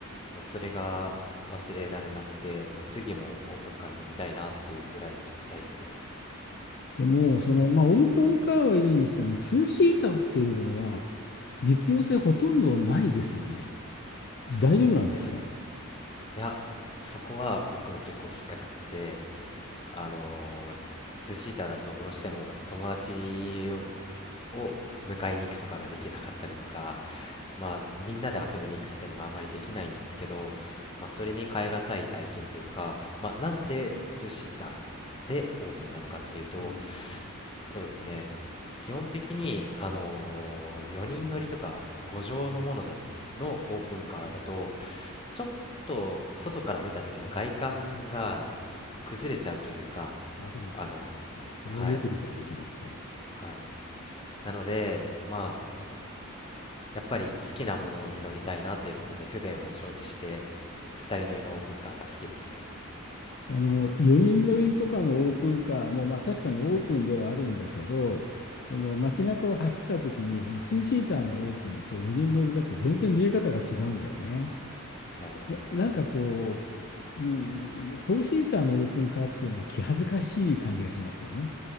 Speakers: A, on the left; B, on the left.
A: もうそれが忘れられなくて、もう次もオープンカーに乗りたいなっていうぐらい大好きです。
B: でも、その、まあ、オープンカーはいいにしても、ツーシーターっていうのは実用性ほとんどないですよね。
A: そうですね。
B: 大丈夫なんですか
A: いや、そこは僕も結構引っかかってて、あのーツーシーターだとどうしても友達を、を迎えに行くとかができなかったりとか、まあ、みんなで遊びに行くっていうのがあんまりできないんですけど、まあ、それに代えがたい体験というか、まあ、なんでツーシーターでオープンなのかっていうと、
B: うん
A: そうですね、基本的に、あの4人乗りとか5乗のものだのオープンカーだと、ちょっと外から見た時の外観が崩れちゃうというか、
B: うん。わかります、
A: あの、
B: わかります。はい。それはよく理解できます。
A: はい、
B: はい。
A: はい。なので、まあ、やっぱり好きなものに乗りたいなということで、不便を承知して、二人乗りのオープンカーが好きですね。
B: あの、4人乗りとかのオープンカーも、まあ確かにオープンではあるんだけど、その街中を走った時に、その2シーターのオープンと4人乗りだと全然見え方が違うんだよね。
A: 違いますね。
B: な、なんかこう、うん、4シーターのオープンカーっていうのは気恥ずかしい感じがしますよね。